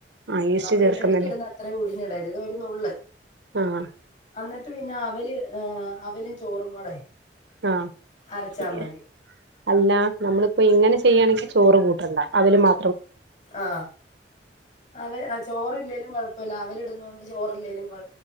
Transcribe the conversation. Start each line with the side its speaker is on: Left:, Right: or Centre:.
Right: ആഹ് ഈസ്റ്റ്
Left: നമ്മൾ
Right: ചേർക്കുന്നില്ലേ
Left: ഇടലിക്ക് ഇടുന്ന അത്ര ഉഴുന്ന് ഇടരുത് ഒരുനുള്ള്
Right: ആഹ്
Left: അന്നിട്ട് പിന്നെ അവല് ആ അവലും ചോറും കൂടെ
Right: ആ
Left: അരച്ചാ
Right: പിന്നെ
Left: മതി.
Right: അല്ല നമ്മളിപ്പോ ഇങ്ങനെ ചെയ്യാണെങ്കിൽ ചോറ് കൂ വേണ്ട അവില് മാ
Left: ആ അങ്ങനെ അച് ചോറില്ലേലും കൊഴപ്പല്ല അവല് ഇടുന്നോണ്ട് ചോറില്ലേലും കൊ